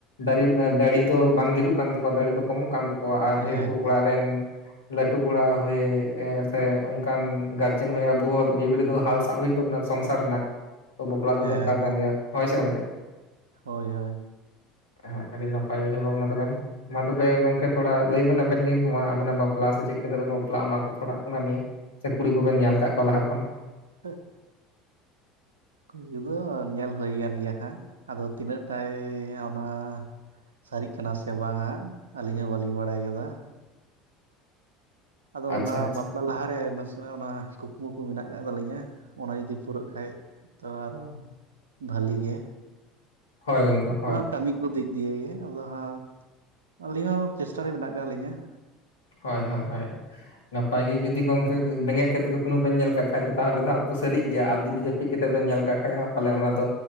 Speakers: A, on the left (about 80°); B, on the right (about 80°).
A: ᱫᱟᱨᱮ ᱫᱟᱲᱮ ᱫᱚ ᱵᱟᱝ ᱰᱷᱮᱹᱨᱚᱜ ᱠᱟᱱ ᱛᱟᱠᱚᱣᱟ ᱫᱟᱲᱮ ᱫᱚ ᱠᱚᱢᱚᱜ ᱠᱟᱱ ᱛᱟᱠᱚᱣᱟ ᱾ ᱟᱨ ᱡᱮᱹ
B: ᱦᱮᱸ
A: ᱦᱮᱹᱛᱩ
B: ᱦᱮᱸ
A: ᱚᱲᱟᱜ ᱨᱮᱱ ᱞᱟᱹᱴᱩ ᱠᱚᱲᱟ ᱦᱳᱭᱮ ᱥᱮ ᱚᱱᱠᱟᱱᱼᱼ ᱜᱟᱨᱡᱮᱱ ᱦᱳᱭᱮ ᱟᱵᱩ ᱦᱚᱸ ᱵᱷᱤᱵᱽ ᱨᱮ ᱫᱚ ᱦᱟᱞ ᱥᱟᱵ ᱦᱩᱭᱩᱜ ᱛᱟᱵᱩᱱᱟ ᱥᱚᱝᱥᱟᱨ ᱨᱮᱱᱟᱜ ᱾ ᱛᱚ ᱵᱟᱯᱞᱟ ᱫᱚ
B: ᱦᱮᱸ
A: ᱫᱚᱨᱠᱟᱨ ᱠᱟᱱ
B: ᱦᱮᱸ
A: ᱜᱮᱭᱟ, ᱦᱳᱭ ᱥᱮ ᱜᱚᱝᱠᱮ ᱾
B: ᱦᱳᱭ -ᱦᱳᱭ ᱾
A: ᱮᱸᱜ, ᱟᱹᱰᱤ ᱱᱟᱯᱟᱭ ᱩᱭᱦᱟᱹᱨ ᱵᱷᱟᱵᱱᱟ ᱛᱟᱵᱮᱱ, ᱢᱟ ᱛᱚᱵᱮ ᱜᱚᱝ ᱛᱷᱚᱲᱟ ᱞᱟᱹᱭ ᱵᱮᱱ ᱟᱵᱮᱱ ᱜᱮ ᱱᱚᱣᱟ ᱟᱵᱮᱱᱟᱜ ᱵᱟᱯᱞᱟ ᱥᱮ ᱪᱮᱜ ᱠᱟᱛᱮ ᱵᱮᱱ ᱵᱟᱯᱞᱟᱜᱼᱟ ᱚᱱᱟ ᱠᱚ ᱛᱷᱚᱲᱟ ᱚᱱᱟ ᱱᱤᱭᱮᱹ? ᱥᱮ ᱠᱩᱲᱤ ᱠᱚ ᱵᱮᱱ ᱧᱮᱞ ᱟᱠᱟᱫ ᱠᱚᱣᱟ ᱞᱟᱦᱟ ᱠᱷᱚᱱ?
B: ᱷᱚᱦ-ᱥᱟᱜ, ᱠᱩᱲᱤ ᱫᱚ ᱧᱮᱞ ᱦᱳᱭ ᱠᱟᱱ ᱜᱮᱭᱟ ᱦᱟᱸᱜ ᱾ ᱟᱫᱚ ᱛᱤᱱᱟᱹᱜ ᱴᱟᱭ ᱚᱱᱟᱼᱼ ᱥᱟᱹᱨᱤᱜ ᱠᱟᱱᱟ ᱥᱮ ᱵᱟᱝ ᱦᱟᱸᱜ ᱟᱞᱤᱧ ᱦᱚᱸ ᱵᱟᱹᱞᱤᱧ ᱵᱟᱲᱟᱭ ᱠᱟᱫᱟ ᱾ ᱟᱫᱚ
A: ᱟᱪᱪᱷᱟ
B: ᱚᱱᱟ
A: ᱟᱪᱪᱷᱟ
B: ᱵᱟᱯᱞᱟ ᱞᱟᱦᱟ ᱨᱮ ᱱᱟᱥᱮ ᱚᱱᱟ ᱠᱩᱠᱢᱩ ᱠᱚ ᱢᱮᱱᱟᱜ ᱟᱠᱟᱫ ᱛᱟᱹᱟᱞᱤᱧᱟ ᱚᱱᱟ ᱡᱩᱫᱤ ᱯᱩᱨᱟᱹᱜ ᱠᱷᱟᱡ ᱛᱚ ᱟᱨᱚᱼᱼ ᱵᱷᱟᱞᱤ ᱜᱮ ᱾
A: ᱦᱚᱭ ᱜᱚᱝᱠᱚ ᱾
B: ᱱᱚᱣᱟ ᱠᱟᱹᱢᱤ ᱠᱚ ᱫᱤᱠ ᱫᱤᱭᱮ ᱜᱮ, ᱟᱫᱚ ᱦᱟᱸᱜ ᱟᱹᱞᱤᱧ ᱦᱚᱸ ᱪᱮᱥᱴᱟ ᱨᱮ ᱢᱮᱱᱟᱜ ᱟᱠᱟᱫ ᱞᱤᱧᱟᱹ ᱾
A: ᱦᱚᱭ -ᱦᱚᱭ ᱼᱦᱚᱭ ᱾ ᱱᱟᱯᱟᱭ ᱜᱮ ᱡᱩᱫᱤ ᱜᱚᱝᱠᱮ ᱵᱮᱸᱜᱮᱫ ᱠᱟᱛᱮ ᱠᱩᱠᱱᱩ ᱵᱮᱱ ᱧᱮᱞ ᱠᱟᱜ ᱠᱷᱟᱡ ᱫᱚ ᱛᱟᱦᱞᱮ ᱫᱚ ᱦᱟᱸᱜ ᱯᱩ ᱥᱟᱹᱨᱤᱜ ᱜᱮᱭᱟ, ᱟᱨ ᱡᱩᱫᱤ ᱡᱟ ᱯᱤᱫ ᱠᱮᱛᱮᱜ ᱵᱮᱱ ᱧᱮᱞ ᱠᱟᱜ ᱠᱷᱟᱡ ᱦᱟᱸᱜ ᱯᱟᱞᱮ ᱚᱱᱟ ᱫᱚᱼᱼ